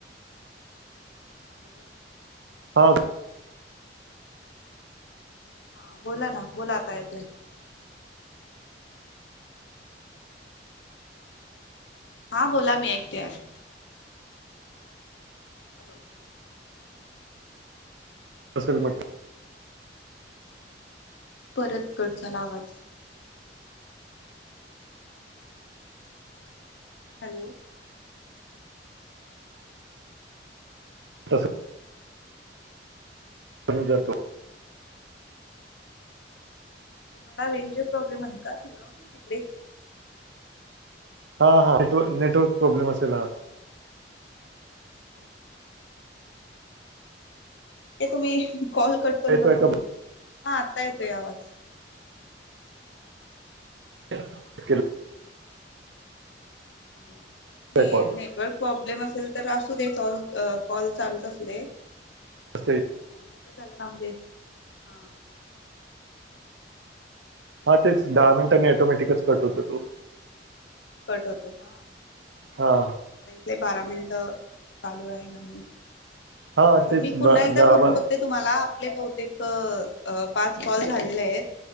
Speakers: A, on the left; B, on the right.
A: हॅलो
B: हा
A: हा बोला ना बोला आता येतोय. हा बोला मी ऐकते आहे. हॅलो
B: बसेल म्हट
A: परत कट झाला आवाज. हॅलो
B: तसं म्ह जातो.
A: तुम्हाला रेंजर प्रॉब्लेम आहे का? थोडं तिकडे.
B: हा हा नेटव नेटवर्क प्रॉब्लेम असेल हा.
A: अच्छा. ते तुम्ही कॉल कट करू
B: येतो
A: नका
B: एका
A: होई हा आता येतोय आवाज.
B: <unintelligible>
A: ह नाही
B: कॉल
A: नेटवर्क प्रॉब्लेम असेल तर असू दे चॉल कॉल चालूच असू दे. एक
B: असते
A: दहा मिनटं झालं ना म्हणजे हा.
B: हा तेच दहा मिनिटांनी ऑटोमॅटिकच कट होतो तो.
A: कट होतो हा
B: हा
A: इथले बारा मिन ट चालू राहील आणि
B: हा तेच
A: मी पुन्हा
B: बा-
A: एकदा
B: दहा
A: करून
B: बारा
A: बघते तुम्हाला आपले बहुतेक पाच फॉल झालेले आहेत.